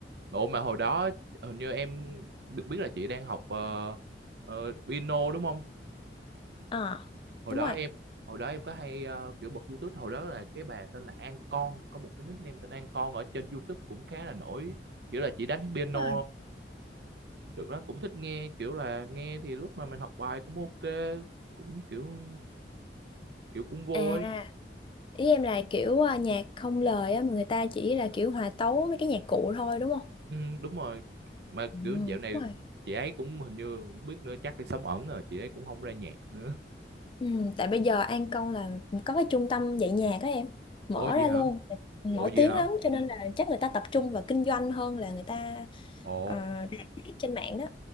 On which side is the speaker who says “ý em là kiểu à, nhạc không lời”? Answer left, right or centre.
Left